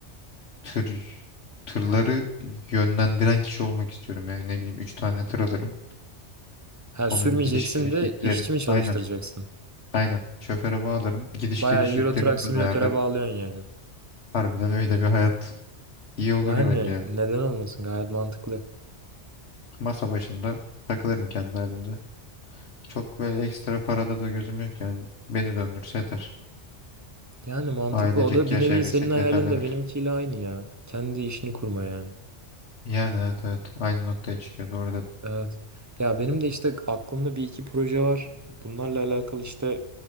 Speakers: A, on the left (about 65°); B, on the right (about 15°).
A: tır tırları yönlendiren kişi olmak istiyorum. Yani ne bileyim 3 tane tır alırım.
B: Ha
A: Onun
B: sürmeyeceksin
A: gidiş geliş
B: de
A: yüklerini.
B: işçi mi çalıştıracaksın?
A: Aynen. Aynen. Şoföre bağlarım. Gidiş
B: Bayağı
A: geliş
B: Euro
A: yüklerini
B: Truck Simülatör'e
A: ben ayarlarım.
B: bağlıyorsun yani.
A: Harbiden öyle bir hayat iyi olur
B: Yani
A: ya bence. ya.
B: neden olmasın gayet mantıklı.
A: Masa başında takılırım kendi halimde. Çok böyle ekstra parada da gözüm yok yani. Beni döndürse yeter.
B: Yani mantıklı
A: Ailecek
B: o da bir
A: yaşayabilsek
B: nevi senin hayalin
A: yeterlidir.
B: de benimkiyle aynı ya. Kendi işini kurma yani.
A: Yani evet evet. Aynı noktaya çıkıyor. Doğru dedim.
B: Evet. Ya benim de işte aklımda bir iki proje var. Bunlarla alakalı işte